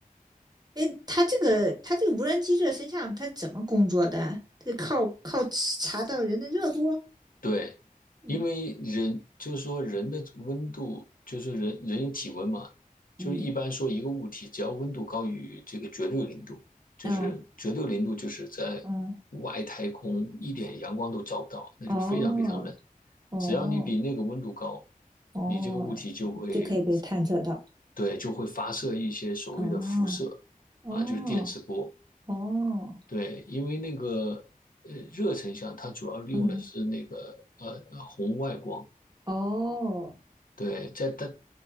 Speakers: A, on the right; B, on the left.
A: 诶，他这个他这个无人机热成像他怎么工作的？他靠靠查到人的热度啊，
B: 对，
A: 嗯
B: 因为人就是说人的温度，就是人人有体温嘛，就是一般说一个物体只要温度高于这个绝对零度，
A: 嗯
B: 就是绝对零度就是在外太空一点阳光都照不到，
A: 哦。嗯，
B: 那就非常非常冷。
A: 哦，哦，
B: 只要你比那个温度高，
A: 哦，
B: 你这个物体就会，
A: 就可以被探测到。
B: 对，就会发射一些所谓的辐射
A: 嗯，哦，
B: 啊，就是电磁波。
A: 哦，
B: 对，因为那个呃热成像，它主要利用的是那个呃呃红外光。
A: 嗯，哦，
B: 对，在当